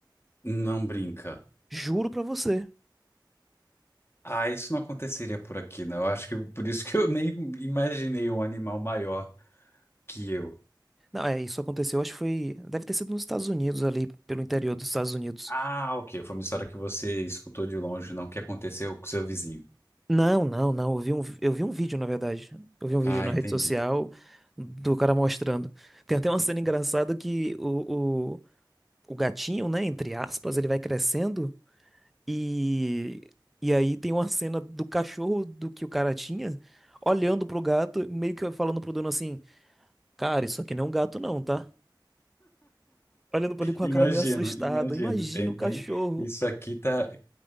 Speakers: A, on the left; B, in the centre.
A: não brinca.
B: Juro pra você.
A: Ah, isso não aconteceria por aqui, né? Eu acho que por isso que eu nem imaginei um animal maior que eu.
B: Não, é, isso aconteceu, acho que foi. Deve ter sido nos Estados Unidos, ali, pelo interior dos Estados Unidos.
A: Ah, ok. Foi uma história que você escutou de longe, não que aconteceu com seu vizinho.
B: Não, não, não. Eu vi um, eu vi um vídeo, na verdade. Eu vi um vídeo
A: Ah,
B: na
A: entendi.
B: rede social do cara mostrando. Tem até uma cena engraçada que o, o, o gatinho, né, entre aspas, ele vai crescendo e, e aí tem uma cena do cachorro do que o cara tinha olhando pro gato, meio que falando pro dono assim: Cara, isso aqui não é um gato, não, tá? Olhando pra ele com
A: Imagino,
B: a cara meio assustada.
A: imagino.
B: Imagina
A: Tem,
B: o cachorro.
A: tem- Isso aqui tá